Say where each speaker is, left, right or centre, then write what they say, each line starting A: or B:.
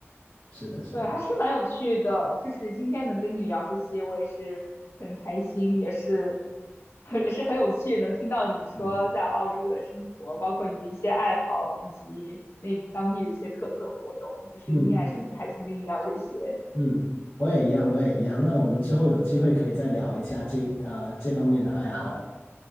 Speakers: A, on the left; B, on the left.
A: 是的，是的，
B: 对，还是蛮有趣的。就是今天能跟你聊这些，我也是很开心，也是 <laughs> 也是很有趣，能听到你说在澳洲的生活，
A: 嗯
B: 包括你的一些爱好，以及那当地的一些特色活动。就是今天还是很开心跟你聊这些。
A: 嗯嗯，我也一样，我也一样。那我们之后有机会可以再聊一下这啊、这方面的爱好。